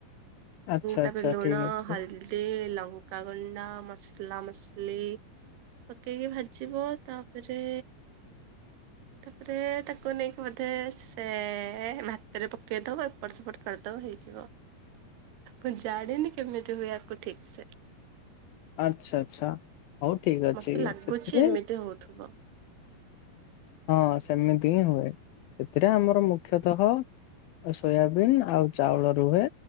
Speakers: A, on the left (about 80°); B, on the right (about 70°).
A: ଆଚ୍ଛା
B: ତାପରେ
A: ଆଚ୍ଛା
B: ଲୁଣ,
A: ଠିକ ଅଛି
B: ହଳଦି, ଲ ଲଙ୍କା ଗୁଣ୍ଡା ମସଲା ମସଲି ପକେଇକି ଭାଜିବ ତାପରେ ତାପରେ ତାକୁ ନେଇକି ବୋଧେ ସେ ଭାତ ରେ ପକେଇଦବ ଏପଟ ସେପଟ କରିଦବ ହେଇଯିବ। ମୁଁ ଜାଣନି କେମିତି ହୁଏ ଆକୁ ଠିକ ସେ?
A: ଆଚ୍ଛା ଆଚ୍ଛା ହଉ ଠିକ ଅଛି
B: ମତେ ଲାଗୁଛି
A: ସେଥିରେ
B: ଏମିତି ହଉଥିବ।
A: ହଁ ସେମିତି ହିଁ ହୁଏ ସେଥିରେ ଆମର ମୁଖ୍ୟତଃ ଆଉ ସୋୟାବିନ୍ ଆଉ ଚାଉଳ ରୁହେ